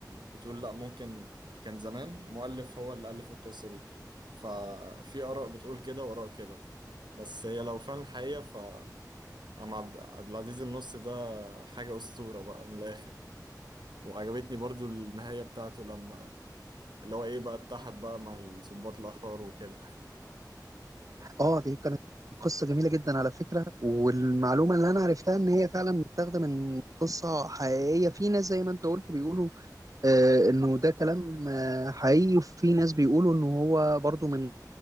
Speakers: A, on the right (about 85°); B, on the right (about 50°).
A: بتقول لا ممكن كان زمان مؤلف هو اللي الف القصه دي ففي اراء بتقول كده واراء كده بس هي لو فعلا حقيقه ف عم عبد عبد العزيز النص ده حاجة أسطورة بقى من الآخر وعجبتني برضو النهاية بتاعته لما اللي هو ايه بقى اتحد بقى مع الضباط الأحرار وكده
B: آه دي كانت قصة جميلة جدا على فكرة والمعلومة اللي أنا عرفتها إن هي فعلا متاخدة من قصة حقيقية في ناس زي ما أنت قلت بيقولوا آه، انه ده كلام آه، حقيقي وفي ناس بيقولوا انه هو برضو من